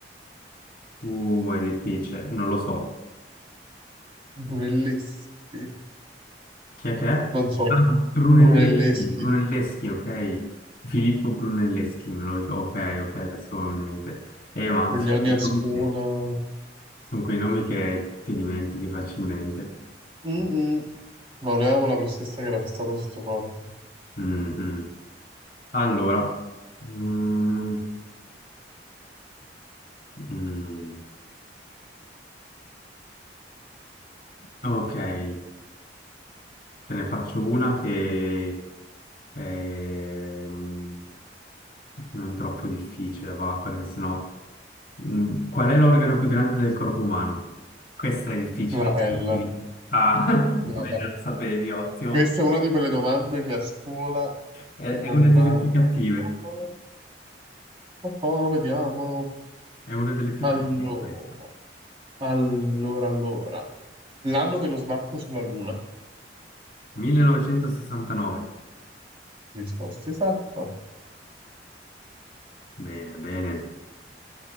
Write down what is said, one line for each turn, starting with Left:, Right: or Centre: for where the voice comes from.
Left: uh, è difficile, non lo so.
Right: Brunelleschi,
Left: Chi è che è?
Right: non so,
Left: Ah, Brunelleschi,
Right: Brunelleschi,
Left: Brunelleschi, ok. Filippo Brunelleschi, me lo ricordo. Ok, ok, adesso ho in mente. Eh, ma
Right: quegli
Left: sono
Right: anni
Left: quei
Right: a scuola.
Left: nomi che sono quei nomi che ti dimentichi facilmente.
Right: Mm-mm. No, ne avevo la professoressa che era fissata su questo fatto.
Left: Mm, mm. Allora, mm, mm. ok. Te ne faccio una che è mm, non troppo difficile, va, perché sennò... Mm, Qual è l'organo più grande del corpo umano? Questa è difficile.
Right: La pelle,
Left: Ah, <laughs>
Right: la
Left: beh,
Right: pelle.
Left: già lo sapevi, ottimo.
Right: Questa è una di quelle domande che a scuola
Left: È, è
Right: ti bombardano.
Left: una delle più cattive.
Right: Ah, ah, ah, ah, vediamo.
Left: È una delle più
Right: Allora,
Left: cattive questa.
Right: allora, allora. L'anno dello sbarco sulla Luna.
Left: 1969.
Right: Risposta esatta.
Left: Bene, bene.